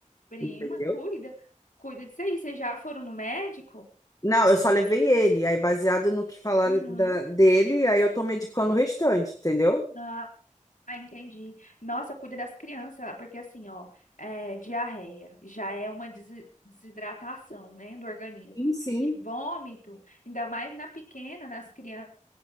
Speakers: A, on the left; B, on the left.
A: prima,
B: entendeu?
A: cuida. Cuida disso aí. Vocês já foram no médico?
B: Não, eu só levei ele, aí baseado no que falaram
A: Uhum.
B: da- dele, aí eu tô medicando o restante, entendeu?
A: Ah, ah, entendi. Nossa, cuida das crianças, porque assim, ó, é, diarreia já é uma desi- desidratação, né, do organismo.
B: Sim, sim.
A: E vômito, ainda mais na pequena, nas crianças,